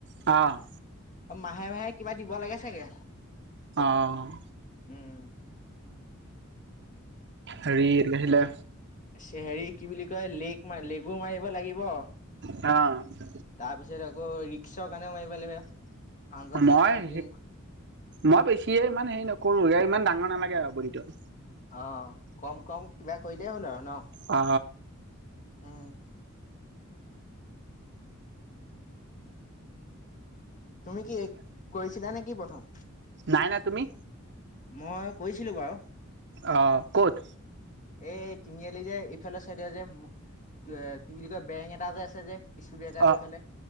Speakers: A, on the right; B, on the left.
A: অ'।
B: অ' মাহে মাহে কিবা দিব লাগে চাগে?
A: অ'।
B: উম।
A: হেৰি এইটো কি আছিলে?
B: চে হেৰি কি বুলি কয় লেগ ম লেগু মাৰিব লাগিব।
A: অ'।
B: তাৰপিছত আকৌ ৰিক্সৰ কাৰণেও মাৰিবা লাগিব। পাঞ্জা চাঞ্জা
A: মই
B: জিম
A: হে মই বেছিয়ে ইমান হেৰি নকৰো ইমান ডাঙৰ নালাগে আৰু বদিটো।
B: অ', কম কম কিবা কৰিলে হ'ল আৰু ন,
A: অ
B: উম। তুমি কি কৰিছিলা নে কি প্ৰথম?
A: নাই নাই, তুমি?
B: মই কৰিছিলোঁ বাৰু।
A: অ' ক'ত?
B: এই তিনিআলি যে ইফালে চাইদৰ যে উম কে কি বুলি কয় বেংক এটা যে আছে যে। স্পিড ব্ৰেকাৰটোৰ
A: অ
B: এইফালে,